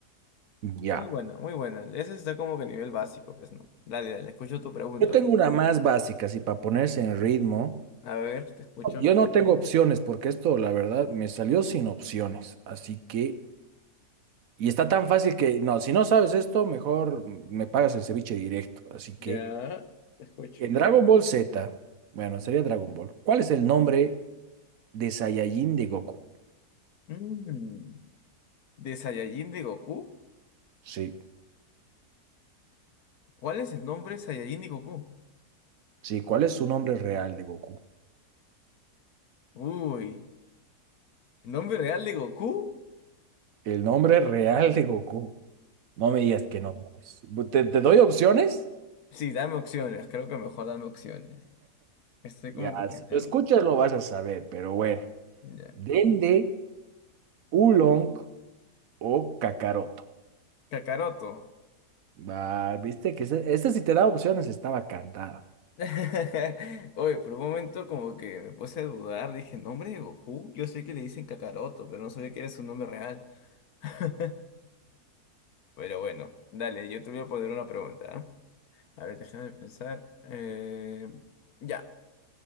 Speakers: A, on the right (about 65°); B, on the left (about 70°).
A: Ya.
B: Muy buena, muy buena. Ese está como que a nivel básico, pues no. Dale, dale, escucho tu pregunta.
A: Yo tengo
B: ahora.
A: una más básica, así para ponerse en ritmo.
B: A ver, te escucho.
A: Yo no tengo opciones, porque esto, la verdad, me salió sin opciones, así que Y está tan fácil que, no, si no sabes esto, mejor me pagas el ceviche directo. Así que
B: Ya, te escucho.
A: en Dragon Ball Z, bueno, sería Dragon Ball. ¿Cuál es el nombre de Saiyajin de Goku?
B: Mm, ¿de Saiyajin de Goku?
A: Sí,
B: ¿Cuál es el nombre de Saiyajin de Goku?
A: sí, ¿cuál es su nombre real de Goku?
B: Uy, ¿el nombre real de Goku?
A: El nombre real de Goku. No me digas que no. sabes. ¿Te, te doy opciones?
B: Sí, dame opciones, creo que mejor dame opciones. Estoy como
A: Ya,
B: que pensando.
A: si lo escuchas lo vas a saber, pero bueno.
B: Ya.
A: Dende, Oolong o Kakaroto.
B: Kakaroto.
A: Va, viste que este, si te da opciones, estaba cantada.
B: <laughs> Oye, por un momento como que me puse a dudar, dije, ¿nombre de Goku? Yo sé que le dicen Kakaroto, pero no sabía que era su nombre real. <laughs> Pero bueno, dale, yo te voy a poner una pregunta. ¿ah? A ver, déjame pensar. Eh, ya.